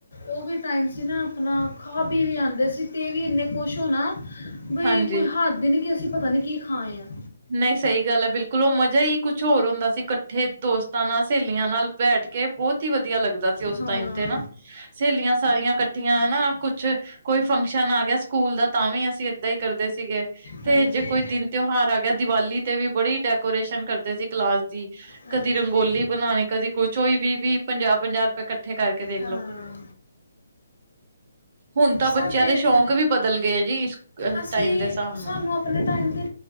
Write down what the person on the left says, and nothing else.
ਉਹ ਵੀ ਟਾਈਮ ਸੀ ਨਾ ਆਪਣਾ ਖਾ ਪੀ ਵੀ ਆਉਂਦੇ ਸੀ। ਤੇ ਇਹ ਵੀ ਇੰਨੇ ਕੁਛ ਹੋਣਾ ਬਈ
ਕੋਈ ਹੱਦ ਈ ਨਹੀਂ ਕਿ ਅਸੀਂ ਪਤਾ ਨਹੀਂ ਕੀ ਖਾਏ ਹਾਂ।
ਹਾਂ
ਹਾਂਜੀ
ਹਾਂਜੀ
ਹਾਂ
ਸਾਡੇ
ਅਸੀਂ
ਸਾਨੂੰ ਆਪਣੇ ਟਾਈਮ ਤੇ